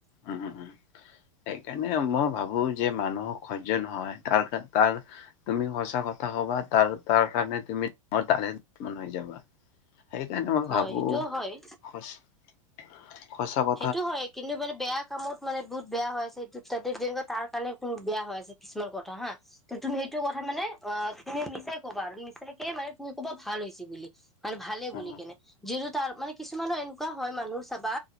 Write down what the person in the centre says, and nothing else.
হয়
সেইটোও হয়
সেইটো হয়, কিন্তু মানে বেয়া কামত মানে বহুত বেয়া হৈ আছে, এই ত' তাতে তাৰ কাৰণে বেয়া হৈ আছে, কিছুমান কথা হা। তুমি সেইটো কথা মানে, অ', তুমি মিছাই ক'বা আৰু মিছাকে মানে তুমি ক'বা ভাল হৈছে বুলি। মানে ভালে
বুলি কেনে, যিটো তাৰ মানে কিছুমানো এনেকুৱা হয়, মানুহ চাবা